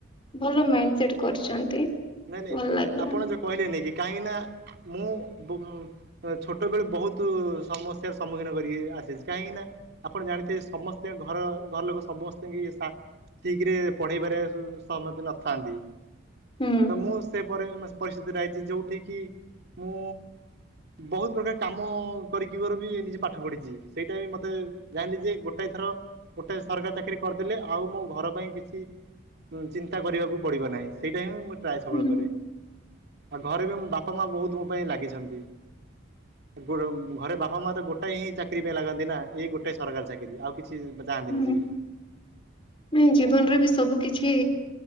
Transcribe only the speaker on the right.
ନାଇଁ ନାଇଁ
ଆପଣ ଯୋଉ କହିଲେନେଇ କି କାହିଁକିନା ମୁଁ ବୁ ଛୋଟବେଳୁ ବହୁତ ସମସ୍ୟାର ସମ୍ମୁଖୀନ କରିକି ଆସିଛି, କାହିଁକିନା ଆପଣ ଜାଣିଥିବେ ସମସ୍ତେ ଘର ଘର ଲୋକ ସମସ୍ତିଙ୍କି ସାଆ ଠିକ ରେ ପଢେଇବାରେ ସହମତି ନଥାନ୍ତି <inaudible>
ତ ମୁଁ ସେପରେ ପରିସ୍ଥିତି ରହିଛି ଯୋଉଠ କିି ମୁଁ ବହୁତ ପ୍ରକାର କାମ କରିକି ମୋର ବି ନିଜେ ପାଠ ପଢିଛି, ସେଇଟା ବି ମତେ ଜାଣିଲି ଯେ ଗୋଟାଏ ଥର ଗୋଟେ ସରକାରୀ ଚାକିରି କରିଦେଲେ ଆଉ ମୋ ଘର ପାଇଁ କିଛି ଚିନ୍ତା କରିବାକୁ ପଡିବ ନାହିଁ, ସେଇଟା ହିଁ ମୁଁ ଟ୍ରାଏ ସବୁବେଳେ
କରେ। ଆଉ ଘରେ ବି ବାପା ମା ବହୁତ ମୋ ପାଇଁ ଲାଗିଛନ୍ତି। ଗୋ ଘରେ ବାପା ମା ତ ଗୋଟାଏ ହିଁ ଚାକିରି ପାଇଁ ଲାଗନ୍ତି ନା, ଏଇ ଗୋଟା ସରକାରୀ ଚାକିରି ଆଉ କିଛି ଚାହାନ୍ତିନି
ସେ।